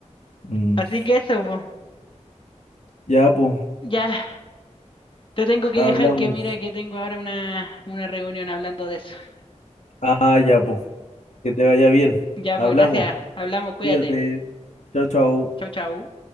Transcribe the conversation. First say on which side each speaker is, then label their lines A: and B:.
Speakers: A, on the left; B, on the left.
A: Mm.
B: Así que eso, po.
A: Ya, pues,
B: Ya, te tengo que
A: hablamos.
B: dejar que mira que tengo ahora una, una reunión hablando de eso.
A: Ah, ya, pues, que te vaya bien.
B: Ya,
A: Hablamos.
B: pues gracias. Hablamos, cuídate.
A: Cuídate. Chao, chao.
B: Chau, chau.